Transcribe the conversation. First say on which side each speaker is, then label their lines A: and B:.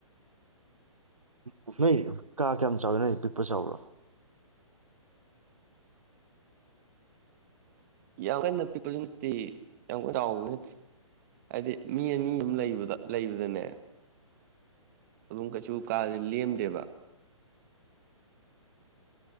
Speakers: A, on the right (about 80°); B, on the right (about 30°).
A: ꯑ ꯅꯣꯏ ꯀꯥ ꯀꯌꯥꯝ ꯆꯥꯎꯋꯤ ꯅꯣꯏ ꯄꯔꯣ ꯆꯥꯎꯕ꯭ꯔꯣ
B: ꯌꯥꯝ ꯀꯟꯅ ꯄꯤꯛꯄꯁꯨ ꯅꯠꯇꯦ ꯌꯥꯝ ꯀꯟꯅ ꯆꯥꯎꯕꯁꯨ ꯅꯠꯇꯦ ꯍꯥꯏꯗꯤ ꯃꯤ ꯑꯅꯤ ꯑꯃ ꯂꯩꯕꯗ ꯂꯩꯕꯗꯅꯦ ꯑꯗꯨꯝ ꯀꯩꯁꯨ ꯀꯥꯥꯁꯦ ꯂꯦꯝꯗꯦꯕ